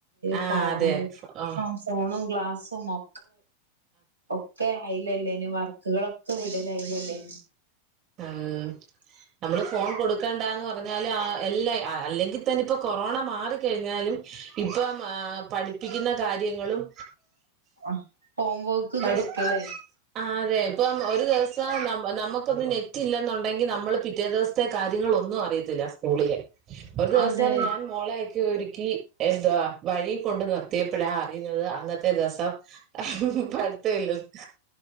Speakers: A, on the right; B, on the right.
A: ആഹ്
B: ഫോൺമലന്നെ
A: അതെ ഓഹ്
B: ഫോണും ഗ്ലാസും ഒ ഒക്കെ അയിലല്ലേനും വർക്കുകളൊക്കെ വിടലായില്ലല്ലെ <inaudible>
A: ഉം നമ്മള് ഫോൺ കൊടുക്കണ്ടന്ന് പറഞ്ഞാല് എല്ലാം അല്ലെങ്കി തന്നെ ഇപ്പൊ കൊറോണ മാറിക്കഴിഞ്ഞാലും ഇപ്പം പഠിപ്പിക്കുന്ന കാര്യങ്ങളും
B: ആ ഹോം വർക്കുകളൊക്കെ
A: പഠി
B: അല്ലേ
A: ആ അതെ ഇപ്പം ഒരു ദിവസം ന നമുക്കൊന്നു നെ നെറ്റില്ലെന്നുണ്ടെങ്കിൽ നമ്മള് പിറ്റേ ദിവസത്തെ കാര്യങ്ങൾ ഒന്നും അറിയത്തില്ല സ്കൂളിലെ ഒരു ദിവസം
B: അതെ
A: ഞാൻ മോളയൊക്കെ ഒരുക്കി എന്തവാ വഴി കൊണ്ട് നിർത്തിയപ്പോഴാ അറിയുന്നത് അന്നത്തെ ദിവസം പഠിത്തല്ലന്ന്